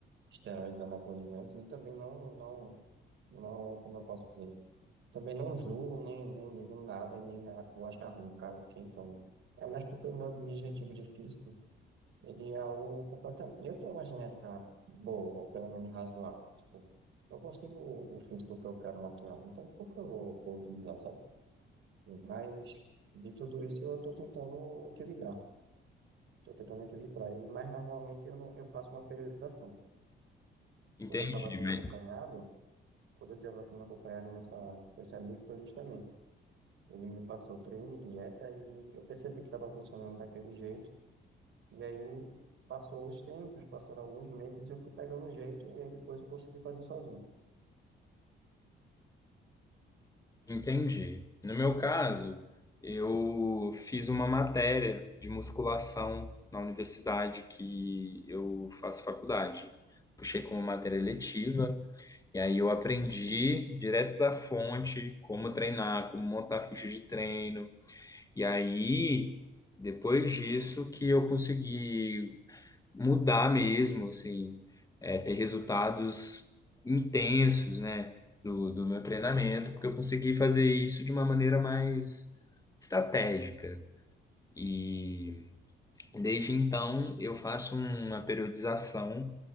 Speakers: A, on the right; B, on the left.
A: esteroides anabolizantes e também não, não, não, como eu posso dizer, também não julgo, nem, nem digo nada, nem a- vou achar ruim caso quem tome. É mais porque o meu objetivo de físico, ele é algo completamente... Eu tenho uma genética boa, ou pelo menos razoável, tipo, eu consigo o o físico que eu quero natural, então por que eu vou, vou utilizar, sabe? Mas de tudo isso eu estou tentando equilibrar, estou tentando equilibrar, e, mas normalmente eu, não, eu faço uma periodização.
B: Entendi,
A: Quando eu estava sendo
B: né?
A: acompanhado, quando eu estava sendo acompanhado nessa, com esse amigo, foi justamente. Ele me passou treino, dieta, e eu percebi que estava funcionando daquele jeito. E aí passou os tempos, passaram alguns meses, e eu fui pegando o jeito, e aí depois eu consegui fazer sozinho.
B: entendi. No meu caso, eu fiz uma matéria de musculação na universidade que eu faço faculdade. Puxei como matéria letiva. E aí eu aprendi direto da fonte como treinar, como montar ficha de treino. E aí, depois disso, que eu consegui mudar mesmo, assim, é, ter resultados intensos, né, do, do meu treinamento, porque eu consegui fazer isso de uma maneira mais estratégica. E Desde então, eu faço uma periodização